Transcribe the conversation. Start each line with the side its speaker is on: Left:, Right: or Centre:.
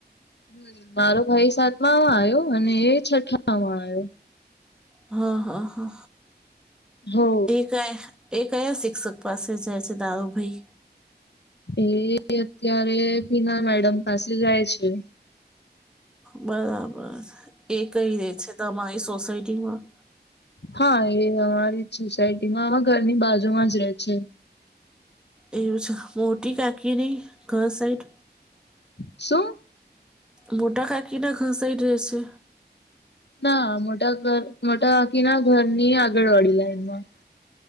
Left: હમ મારો ભાઈ સાતમામાં આવ્યો અને છઠ્ઠામાં આવ્યો.
Centre: હા હા હા
Left: હો
Centre: ઠીક એ. એ કયા શિક્ષક પાસે જાય છે દારૂભાઈ.
Left: એ અત્યારે પીના મેડમ પાસે જાય છે.
Centre: બરાબર એ કઈ રે છે તમારી સોસાયટી માં.
Left: હા એ અમારી સોસાયટીમાં ઘરની બાજુમાં જ રહે છે.
Centre: એવું છે મોટી કાકી નહી ઘર સાઈડ.
Left: શું.
Centre: મોટા ખાકીને ઘસાઈ દે છે.
Left: ના મોટા ઘર મોટા બાકી ના ઘરની આગળવાડી લાઈનમાં.